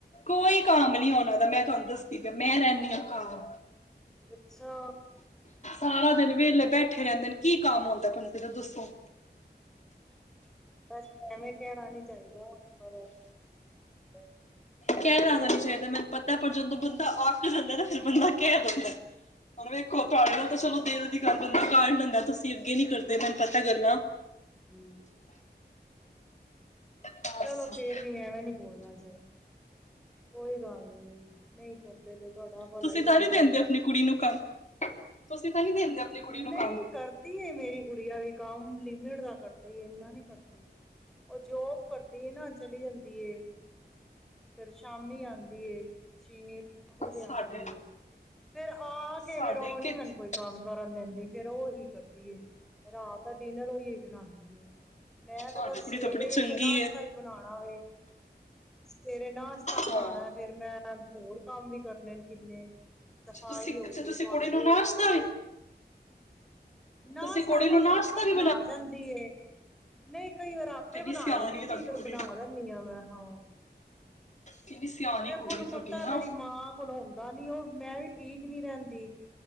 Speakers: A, on the left; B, in the centre.
A: ਕੋਈ ਕੰਮ ਨੀ ਉਹਨਾਂ ਦਾ ਮੈਂ ਤੁਹਾਨੂੰ ਦੱਸਦੀ ਪਈ ਮੈਂ ਰਹਿਨੀ ਆ ਘਰ
B: ਅੱਛਾ।
A: ਸਾਰਾ ਦਿਨ ਵੇਹਲੇ ਬੈਠੇ ਰਹਿੰਦੇ ਨੇ ਕੀ ਕੰਮ ਹੁੰਦਾ ਬੰਦੇ ਦਾ ਦੱਸੋ
B: <unintelligible> ਐਵੇਂ ਕਹਿਣਾ ਨੀ ਚਾਹੀਦਾ ਪਰ ਤੇ <inaudible>
A: ਕਹਿਣਾ ਤਾਂ ਨੀ ਚਾਹੀਦਾ ਮੈਨੂੰ ਪਤਾ ਪਰ ਜਦੋਂ ਬੰਦਾ ਅੱਕ ਜਾਂਦਾ ਨਾ ਫਿਰ ਬੰਦਾ ਕਹਿ ਦਿੰਦਾ ਹੁਣ ਵੇਖੋ
B: ਹੂੰ
A: ਤੁਹਾਡੇ ਨਾਲ ਤਾਂ ਚਲੋ ਦਿਲ ਦੀ ਗੱਲ ਬੰਦਾ ਕਰ ਲੈਂਦਾ ਤੁਸੀਂ ਅੱਗੇ ਨੀ ਕਰਦੇ ਮੈਨੂੰ ਪਤਾ ਗੱਲਾਂ
B: ਹੂੰ।
A: ਬਸ
B: ਚਲੋ ਫੇਰ ਵੀ ਐਵੇਂ ਨੀ ਬੋਲਣਾ <inaudible> ਕੋਈ ਗੱਲ ਨੀ ਨਹੀਂ ਕਰਦੇ ਤੇ ਤੁਹਾਡਾ ਭਲਾ
A: ਤੁਸੀਂ
B: ਹੀ
A: <unintelligible>
B: ਹੋਣਾ
A: ਦਿੰਦੇ ਆਪਣੀ ਕੁੜੀ ਨੂੰ ਕੰਮ ਤੁਸੀਂ ਤਾਂ ਨੀ ਦਿੰਦੇ ਆਪਣੀ ਕੁੜੀ ਨੂੰ
B: ਨਹੀਂ
A: ਕੰਮ
B: ਕਰਦੀ ਏ ਮੇਰੀ ਗੁੱਡੀਆ ਵੀ ਕੰਮ ਲਿਮਿਟ ਦਾ ਕਰ ਦੀ ਏ ਐਨਾ ਨੀ ਕਰਦੀ ਉਹ ਜੋਬ ਕਰਦੀ ਏ ਨਾ ਚਲੀ ਜਾਂਦੀ ਏ। ਫੇਰ ਸ਼ਾਮੀ ਆਉਂਦੀ ਏ ਚੀਨੀ ਸੱਤ ਵਜੇ
A: ਸਾਡੇ
B: ਆਉਂਦੀ ਫੇਰ ਆ ਕੇ
A: ਸਾਡੇ
B: ਫੇਰ ਉਹ ਨੀ
A: ਕਿੱਥੇ
B: ਮੈਨੂੰ ਕੋਈ ਕੰਮ ਕਰਨ ਦੇਂਦੀ ਫੇਰ ਉਹ ਉਹੀ ਕਰਦੀ ਏ ਰਾਤ ਦਾ ਡਿਨਰ ਓਹੀ ਏ ਬਣਾਦੀ ਏ। ਮੈਂ ਤਾਂ
A: ਤੁਹਾਡੀ
B: ਬਸ
A: ਕੁੜੀ
B: ਸਵੇਰੇ
A: ਬੜੀ ਚੰਗੀ
B: ਵੇਖੋ ਨਾਸ਼ਤਾ
A: ਹੈ
B: ਹੀ ਬਣਾਣਾ ਵੇ। ਸਵੇਰੇ ਨਾਸ ਤਾ ਬਣਾਉਣਾ
A: ਹਾਂ
B: ਫੇਰ ਮੈਂ ਹੋਰ ਕੰਮ ਵੀ ਕਰਨੇ ਨੇ ਕਿੰਨੇ ਸਫ਼ਾਈ
A: ਤੁਸੀਂ
B: ਹੋ ਗਈ,
A: ਤੁਸੀਂ
B: ਭਾਂਡੇ
A: ਕੁੜੀ ਨੂੰ ਨਾਸ਼ਤਾ
B: ਹੋ ਗਏ।
A: ਵੀ
B: ਨਾ
A: ਤੁਸੀਂ ਕੁੜੀ
B: ਸਾਨੂੰ
A: ਨੂੰ
B: ਹੀ
A: ਨਾਸ਼ਤਾ
B: ਆਪੇ
A: ਵੀ
B: ਬਣਾ ਜਾਂਦੀ ਏ। ਨਹੀਂ ਕਈ ਵਾਰ ਆਪੇ
A: ਕਿੰਨੀ
B: ਬਣਾ
A: ਸਿਆਣੀ
B: ਜਾਂਦੀ ਕਈ
A: ਹੈ ਤੁਹਾਡੀ
B: ਵਾਰ
A: ਕੁੜੀ
B: ਬਣਾ ਦਿੰਦੀ ਆਂ ਮੈਂ ਹਾਂ
A: ਕਿੰਨੀ ਸਿਆਣੀ
B: ਵੇਖੋ
A: ਕੁੜੀ
B: ਉਹਨੂੰ
A: ਹੈ ਤੁਹਾਡੀ
B: ਪਤਾ
A: ਹਾਂ
B: ਮੇਰੀ ਮਾਂ ਕੋਲ ਹੁੰਦਾ ਨੀ ਉਹ ਮੈਂ ਵੀ ਠੀਕ ਨੀ ਰਹਿੰਦੀ।